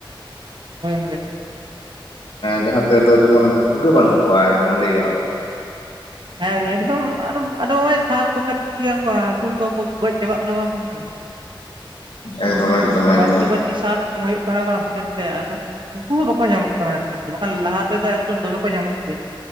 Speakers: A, on the right (about 60°); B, on the left (about 85°).
A: ᱦᱳᱭ
B: ᱡᱟᱦᱟᱸ ᱛᱮᱫᱚ ᱡᱮᱢᱚᱱ ᱦᱟᱹᱠᱩ ᱜᱮ ᱵᱟᱹᱱᱩᱜ ᱠᱚᱣᱟ ᱮᱠᱫᱚᱢ ᱞᱟᱹᱭ ᱜᱟᱱᱚᱜ-ᱟ
A: ᱦᱮᱸ ᱮᱠᱫᱚᱢ ᱟᱫᱚ ᱱᱚᱜᱼᱚᱭ ᱥᱟᱨ ᱠᱚ ᱠᱷᱟᱹᱛᱤᱨ ᱜᱮ ᱩᱱ ᱦᱟᱹᱠᱩ ᱠᱚᱦᱚᱸ ᱠᱚ ᱜᱚᱡ ᱪᱟᱵᱟᱜ ᱠᱟᱱᱟ ᱵᱚᱱ ᱜᱚᱢᱠᱮ <inaudible>
B: ᱮᱠᱫᱚᱢ ᱮᱠᱫᱚᱢ
A: ᱵᱟᱨᱛᱤ
B: ᱮᱠᱫᱚᱢ
A: ᱵᱟᱨᱛᱤ ᱥᱟᱨ ᱮᱢ ᱦᱩᱭᱩᱜ ᱠᱟᱱᱟ ᱵᱟᱝ ᱠᱷᱮᱛᱨᱮ ᱟᱫᱚ ᱩᱱᱠᱩ ᱦᱚᱸ ᱵᱟᱠᱚ ᱧᱟᱢᱚᱜ ᱠᱟᱱᱟ ᱵᱟᱝ ᱞᱟᱦᱟ ᱛᱮᱫᱚ ᱮᱠᱫᱚᱢ ᱫᱚᱢᱮ ᱠᱚ ᱧᱟᱢᱚᱜ ᱛᱟᱦᱮᱸᱜᱼᱟ